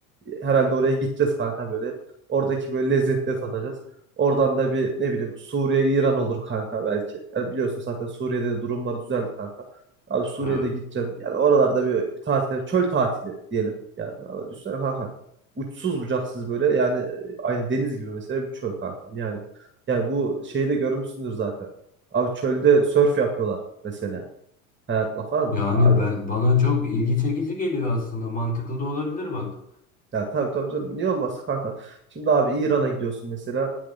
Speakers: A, on the right (about 25°); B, on the left (about 20°).
A: e, herhalde oraya gideceğiz kanka böyle. Oradaki böyle lezzetleri tadacağız. Oradan da bir ne bileyim Suriye, İran olur kanka belki. Yani biliyorsun zaten Suriye'de de durumlar düzeldi kanka. Abi Suriye'de
B: Evet.
A: gideceksin. Yani oralarda bir, bir tatil, çöl tatili diyelim. Yani abi düşünsene kanka. Uçsuz bucaksız böyle yani e, aynı deniz gibi mesela bir çöl kankam. Yani yani bu şeyi de görmüşsündür zaten. Abi çölde sörf yapıyorlar mesela. Kayakla falan.
B: Yani
A: Abi
B: ben bana çok ilgi çekici geliyor aslında. Mantıklı da olabilir bak.
A: Ya tabii tabii canım. Niye olmasın kanka? Şimdi abi İran'a gidiyorsun mesela.